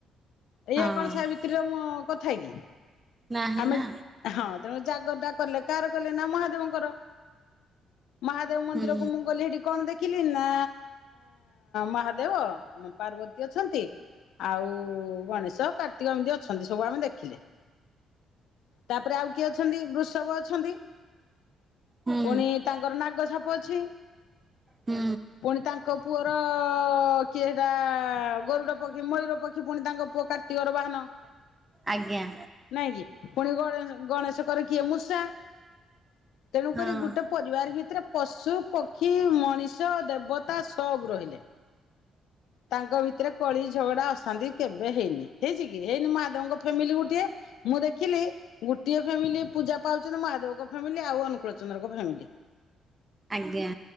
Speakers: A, on the left; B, on the right.
A: ଏଇଆ
B: ହଁ
A: କଣ ସାଇ ଭି ତରେ ମ କଥା କି।
B: ନାହିଁ
A: ଆମେ
B: ନା
A: ହଁ। ତେଣୁ ଜାଗର ଟା କଲେ କାହାର କଲେ ନା ମହାଦେବଙ୍କର। ମହା ମହାଦେବ ମନ୍ଦିରକୁ
B: ହୁଁ
A: ମୁଁ ଗଲି ହେଠି କଣ ଦେଖିଲି ନା ମହାଦେବ ପାର୍ବତୀ ଅଛନ୍ତି। ଆଉ ଗଣେଶ କାର୍ତ୍ତିକ ଏମିତି ଅଛନ୍ତି ସବୁ ଆମେ ଦେଖିଲେ। ତାପରେ ଆଉ କିଏ ଅଛନ୍ତି ବୃଷବ ଅଛନ୍ତି।
B: ହୁଁ
A: ପୁଣି ତାଙ୍କର ନାଗ ସାପ ଅଛି।
B: ହୁଁ।
A: ପୁଣି ତାଙ୍କ ପୁଅର କିଏ ରା ଗରୁଡ ପକ୍ଷୀ ମୟୂର ପକ୍ଷୀ ପୁଣି ତାଙ୍କ ପୁଅ କାର୍ତ୍ତିକର ବାହାନ।
B: ଆଜ୍ଞା।
A: ନାଇଁ କିି। ପୁଣି ଗଣେଶ ଗଣେଶଙ୍କର କିଏ ମୂଷା। ତେଣୁକରି
B: ହଁ
A: ଗୋଟେ ପରିବାର ଭିତରେ ପଶୁ, ପକ୍ଷୀ, ମଣିଷ ଦେବତା ସବୁ ରହିଲେ। ତାଙ୍କ ଭିତରେ କଳି ଝଗଡା ଅଶାନ୍ତି କେବେ ହେଇନି। ହେଇଚି କି? ହେଇନି ମହାଦେବଙ୍କ ଫ୍ୟାମିଲି ଗୋଟିଏ ମୁଁ ଦେଖିଲି ଗୋଟିଏ ଫ୍ୟାମିଲି ପୂଜା ପାଉଛନ୍ତି ମହାଦେବଙ୍କ ଫ୍ୟାମିଲି। ଆଉ ଅନୁକୂଳ ଚନ୍ଦ୍ରଙ୍କ ଫ୍ୟାମିଲି।
B: ଆଜ୍ଞା।